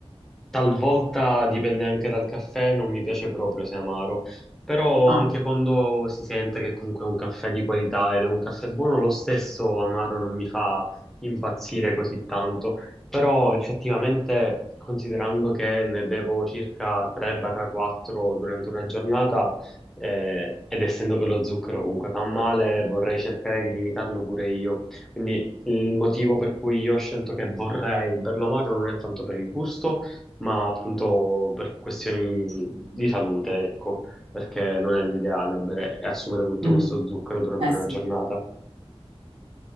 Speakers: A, in the centre; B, on the right (about 60°).
A: Talvolta dipende anche dal caffè, non mi piace proprio se è amaro, però
B: no,
A: anche quando si sente che comunque è un caffè di qualità ed è un caffè buono, lo stesso amaro non mi fa impazzire così tanto. Però effettivamente, considerando che ne bevo circa 3-4 durante una giornata, eh, ed essendo che lo zucchero comunque fa male, vorrei cercare di limitarlo pure io. Quindi il motivo per cui io ho scelto che vorrei berlo amaro non è tanto per il gusto ma appunto per questioni di salute, ecco, perché non è l'ideale bere e assumere tutto
B: mm.
A: questo zucchero durante
B: Eh
A: una
B: sì.
A: giornata.